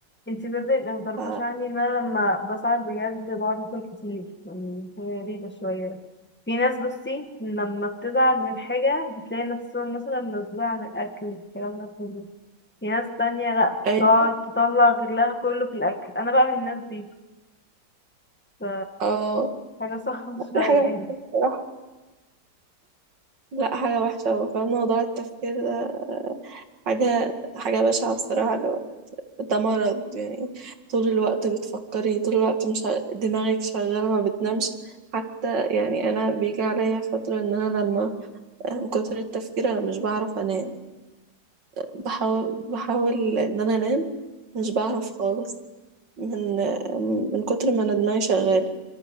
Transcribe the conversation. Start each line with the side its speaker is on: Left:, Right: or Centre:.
Centre: انتي بدأت اللي متعرفهاش
Right: ف...
Centre: عني ان انا لما بساعد بجد بقعد اكل كتير يعني هي غريبة شوية في ناس بصي لما بتزعل من حاجة بتلاقي نفسهم مثلا مسؤولة عن الأكل الكلام ده كله في ناس تانية لأ
Right: يعني
Centre: تقعد تطلع غلها كله في الأكل أنا بقى من الناس دي ف
Right: اه
Centre: حاجة صعبة <laughs> شوية
Right: دي حاجة
Centre: يعني
Right: وحشة بصراحة لا حاجة وحشة أوي فاهم موضوع التفكير ده حاجة حاجة بشعة بصراحة لو- ده مرض يعني طول الوقت بتفكري طول الوقت مش ع- دماغك شغالة ما بتنامش حتى يعني أنا بيجي عليا فترة إن أنا لما من كتر التفكير أنا مش بعرف أنام بحاول بحاول إن أنا أنام مش بعرف خالص من من كتر ما انا دماغي شغال